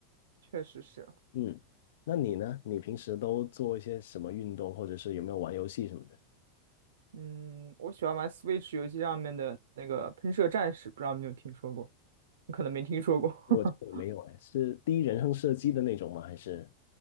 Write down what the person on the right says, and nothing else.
确实是。
嗯，我喜欢玩 Switch 游戏上面的那个喷射战士，不知道你有没有听说过？你可能没听说过。
<laughs>